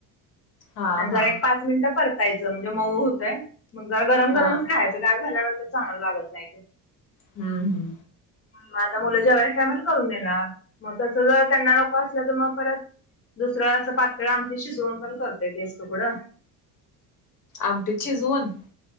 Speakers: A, on the left; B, on the left.
A: हा
B: आणि जरा
A: हा
B: एक पाच मिनिटं परतायचं म्हणजे मऊ होतंय. मग जरा गरम
A: हा
B: गरमच खायचं गार झाल्यानंतर चांगलं लागत नाही.
A: हूं हूं,
B: मग आता मुलं जेवायच्या टायमाला करून देणार. मग तस जर त्यांना नको असलं तर मग परत. दुसरं असं पातळ आमटी शिजवून पण करतोय तेच तुकडं.
A: आमटीत शिजवून.